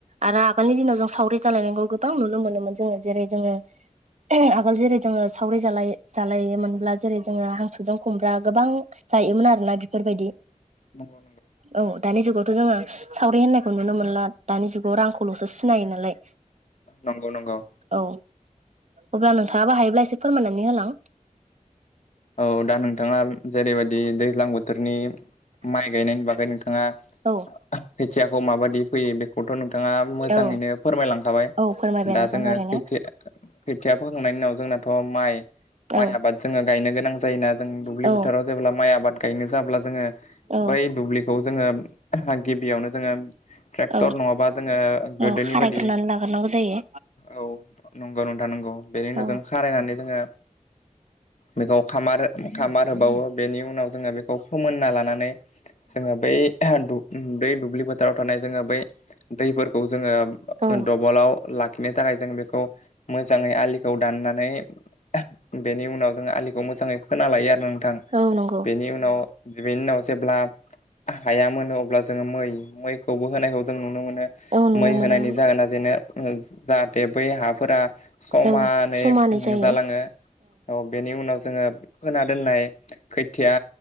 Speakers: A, on the right; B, on the left.
A: आरो आगोलनि दिनाव जों सावरि जालायनायबो गोबां नुनो मोनोमोन जोङो जेरै जोङो आगोल जेरै जोङो सावरि जालाय जालायोमोनब्ला जेरै जोङो हांसोजों खुमब्रा गोबां जायोमोन आरोना बेफोरबायदि
B: नंगौ
A: औ दानि जुगावथ' जोङो सावरि होननायखौ नुनो मोनला दानि जुगाव रांखौल'सो सिनायो नालाय
B: नंगौ-नंगौ
A: औ अब्ला नोंथाङाबो हायोब्ला एसे फोरमायनानै होलां
B: औ दा नोंथाङा जेरैबायदि दै ज्लां बोथोरनि माइ गायनायनि बागै नोंथाङा
A: औ
B: खोथियाखौ माबायदि फैयो बे खौथ' नोंथाङा मोजाङैनो
A: औ
B: फोरमायलांखाबाय
A: औ फोरमायबाय
B: दा
A: नोंथां
B: जोङो
A: थारैनो
B: खोथिया खोथिया फोखांनायनि उनाव जोंनाथ' माइ-माइ
A: औ
B: आबाद जोङो गायनो गोनां जायोना जों
A: औ
B: दुब्लि बोथोराव जेब्ला माइ आबाद गायनो जाब्ला जोङो
A: औ
B: बै दुब्लिखौ जोङो गिबियावनो जोङो ट्रेक्टर
A: औ
B: नङाबा जोङो गोदोनि
A: औ खारायग्रोनानै
B: बायदि
A: लाग्रोनांगौ जायो
B: औ नंगौ नोंथा नंगौ बेनि उनाव
A: औ
B: जों खारायनानै जोङो बेखौ खामार-खामार होबावो बेनि उनाव जोङो बे खौ फोमोनना लानानै जोङो बै दु- बै दुब्लि फो थाराव थानाय जोङो बै दैफोरखौ जोङो
A: औ
B: दबलाव लाखिनो थाखाय जों बेखौ मोजाङै आलिखौ दाननानै आं बेनि उनाव जों आलिखौ मोजाङै खोना लायो आरोना नोंथां।
A: औ नंगौ
B: बेनि उनाव बेनि उनाव जेब्ला हाया मोनो अब्ला जोङो मै मैखौबो होनायखौ जों नुनो मोनो।
A: औ नुनो
B: मै
A: मोनोमोन
B: होनायनि जाहोना जेनो जाहाथे बै हाफोरा समानै
A: औ समानै
B: उम
A: जायो
B: जालाङो। औ बेनि उनाव जोङो फोना दोननाय खोथिया